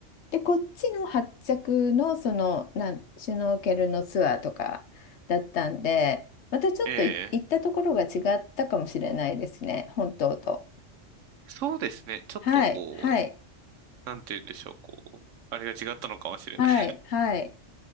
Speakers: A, on the left; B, on the right.
A: で、こっちの発着の、その、なん、シュノーケルのツアーとかだったんで、またちょっとい行ったところが違ったかもしれないですね、
B: ええ、
A: 本島と。
B: そうですね。ちょっとこう、
A: はい、はい、
B: なんて言うんでしょう、こう、あれが違ったのかもしれない。
A: はい、はい。